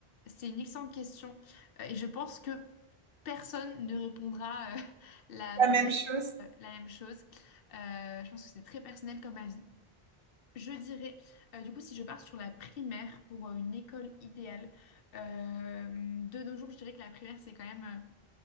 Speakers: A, on the left (about 65°); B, on the right (about 40°).
A: c'est une excellente question euh, et je pense que personne ne répondra euh, <laughs> la
B: La
A: même
B: même
A: réponse,
B: chose.
A: euh, la même chose. Euh, je pense que c'est très personnel comme avis. Je dirais, euh, du coup, si je pars sur la primaire pour euh, une école idéale, euh, de nos jours, je dirais que la primaire, c'est quand même... euh,